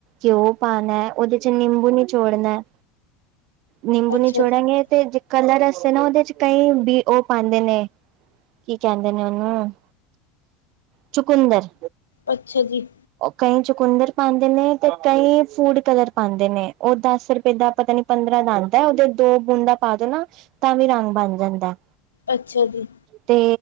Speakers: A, on the right; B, on the left.
A: ਘਿਓ ਪਾਣਾ ਉਹਦੇ ਚ ਨਿੰਬੂ ਨਿਚੋੜਨਾ। ਨਿੰਬੂ
B: ਅੱਛਾ
A: ਨਿਚੋੜਾਂਗੇ
B: ਜੀ
A: ਤੇ ਕਲਰ ਵਾਸਤੇ ਨਾ ਉਹਦੇ ਚ ਕਈ ਬੀ ਉਹ ਪਾਂਦੇ ਨੇ। ਕੀ ਕਹਿੰਦੇ ਨੇ ਉਹਨੂੰ ਚੁਕੰਦਰ।
B: ਅੱਛਾ ਜੀ।
A: ਕਈ ਚੁਕੰਦਰ ਪਾਂਦੇ ਨੇ ਤੇ ਕਈ ਫੂਡ ਕਲਰ ਪਾਂਦੇ ਨੇ ਉਹ ਦਸ ਰੁਪਏ ਦਾ ਪਤਾ ਨੀ। ਪੰਦਰਾਂ ਦਾ ਆਂਦਾ ਉਹਦੇ ਦੋ ਬੂੰਦਾਂ ਪਾ ਦੇ ਨਾ ਤਾਂ ਵੀ ਰੰਗ ਬਣ ਜਾਂਦਾ।
B: ਅੱਛਾ ਜੀ।
A: ਤੇ